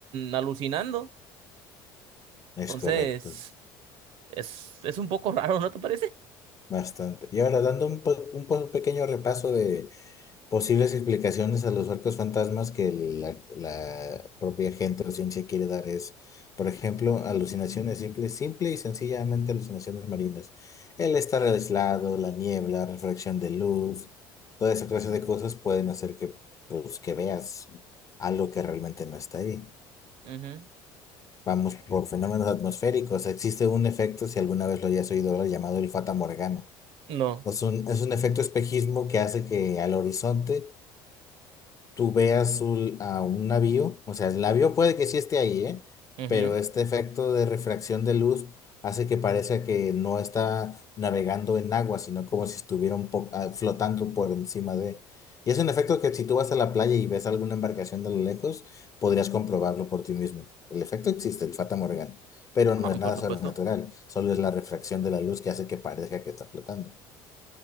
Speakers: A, on the right; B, on the left.
A: alucinando.
B: Es
A: Entonces,
B: correcto,
A: es, es un poco <laughs> raro, ¿no te parece?
B: bastante. Y ahora dando un, po- un po- un pequeño repaso de Posibles explicaciones a los arcos fantasmas que la, la propia gente o ciencia quiere dar es, por ejemplo, alucinaciones simples, simple y sencillamente alucinaciones marinas. El estar aislado, la niebla, refracción de luz, toda esa clase de cosas pueden hacer que, pues, que veas algo que realmente no está ahí.
A: Ujú.
B: Vamos por fenómenos atmosféricos. Existe un efecto, si alguna vez lo hayas oído hablar, llamado el Fata Morgana.
A: No.
B: Es un, es un efecto espejismo que hace que al horizonte tú veas un- a un navío, o sea, el navío puede que sí esté ahí, ¿eh?
A: Ujú.
B: Pero este efecto de refracción de luz hace que parezca que no está navegando en agua, sino como si estuviera un po- ah, flotando por encima de... Y es un efecto que si tú vas a la playa y ves alguna embarcación de lo lejos, podrías comprobarlo por ti mismo. El efecto existe, el Fata Morgana, pero no
A: Ah,
B: es nada
A: Por supuesto.
B: sobrenatural, solo es la refracción de la luz que hace que parezca que está flotando.